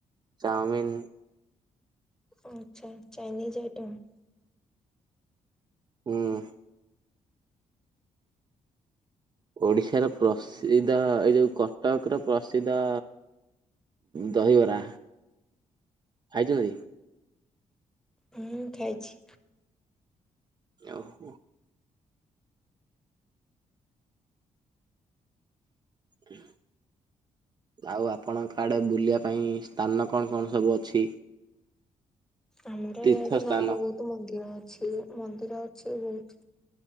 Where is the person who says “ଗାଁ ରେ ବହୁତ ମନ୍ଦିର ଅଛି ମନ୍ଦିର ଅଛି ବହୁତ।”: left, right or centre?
Centre